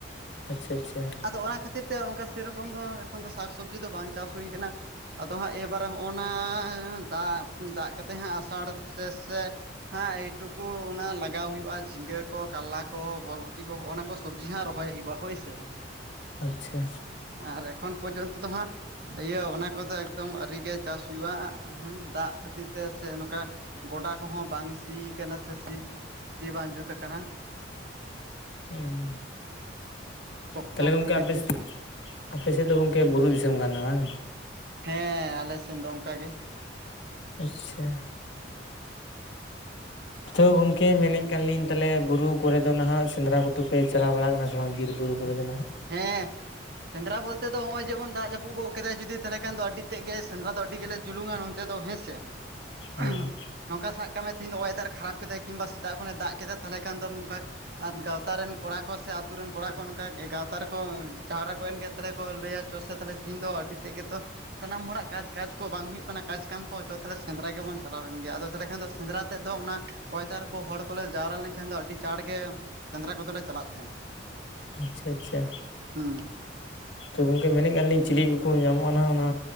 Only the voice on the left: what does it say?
ᱟᱪᱪᱷᱟ ᱟᱪᱪᱷᱟ
ᱟᱪᱪᱷᱟ᱾
ᱦᱩᱸ,
ᱛᱟᱦᱮᱞᱮ ᱜᱚᱝᱠᱮ
ᱟᱯᱮᱥᱮᱡ
ᱟᱯᱮ ᱥᱮᱫ ᱫᱚ ᱜᱚᱝᱠᱮ ᱵᱩᱨᱩ ᱫᱤᱥᱚᱢ ᱠᱟᱱᱟ ᱵᱟᱝ?
ᱟᱪᱪᱷᱟ, ᱛᱷᱚ ᱜᱚᱝᱠᱮ ᱢᱮᱱᱮᱫ ᱠᱟᱱᱟ ᱞᱤᱧ ᱛᱟᱦᱮᱞᱮ ᱵᱩᱨᱩ ᱠᱚᱨᱮ ᱫᱚ ᱱᱷᱟᱸᱜ ᱥᱮᱸᱫᱽᱨᱟ ᱠᱚᱫᱚ ᱯᱮ ᱪᱟᱞᱟᱣ ᱵᱟᱲᱟᱜ ᱠᱟᱱᱟ ᱥᱮ ᱵᱟᱝ ᱵᱤᱨ ᱵᱩᱨᱩ ᱠᱚᱨᱮ
<inaudible>
ᱦᱩᱸ
ᱟᱪᱪᱷᱟ ᱟᱪᱪᱷᱟ᱾
ᱛᱚ ᱜᱚᱢᱠᱮ ᱢᱮᱱᱮᱫ ᱠᱟᱱᱞᱤᱧ ᱪᱤᱞᱤ ᱠᱚᱠᱚ ᱧᱟᱢᱚᱜᱼᱟ ᱚᱱᱟ